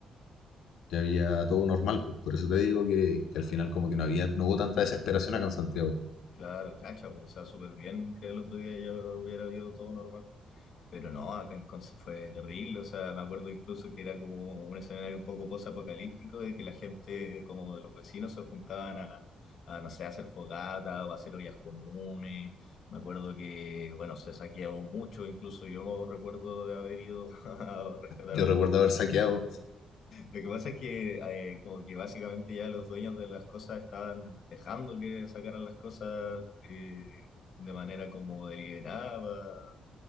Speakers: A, on the left (about 75°); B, on the left (about 55°).
A: ya había todo normal, pues. Por eso te digo que, que al final como que no había, no hubo tanta desesperación acá en Santiago.
B: claro, cacha, po, o sea, súper bien que el otro día ya hubiera habido todo normal. Pero no, acá en Conce fue terrible, o sea, me acuerdo incluso que era como un escenario un poco posapocalíptico de que la gente, como de los vecinos, se juntaban a, a, no sé, a hacer fogata o a hacer ollas comunes. Me acuerdo que, bueno, se saqueaba mucho, incluso yo recuerdo de haber ido <laughs> a rescatar
A: Yo
B: algunas
A: recuerdo
B: cosas
A: haber saqueado,
B: Lo que pasa es que eh, como que básicamente ya los dueños de las cosas estaban dejando que sacaran las cosas eh, de manera como deliberada